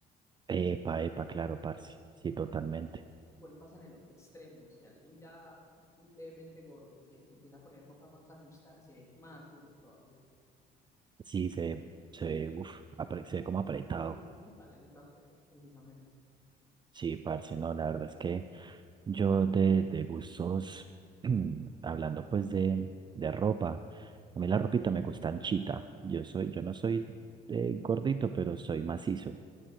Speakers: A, on the right (about 25°); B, on the left (about 15°).
A: Epa, epa, claro, parce, sí, totalmente.
B: Igual pasa en el otro extremo. Si alguien ya levemente gordo se, se empieza a poner ropa más ajustada, se ve más gordo todavía.
A: Sí, se ve, se ve, uf, apre- se ve como apretado.
B: Ujú, Pareces apretado, precisamente.
A: Sí, parce, no, la verdad es que yo de, de gustos, <clears throat> hablando pues de, de ropa, a mí la ropita me gusta anchita. Yo soy, yo no soy eh, gordito, pero soy macizo.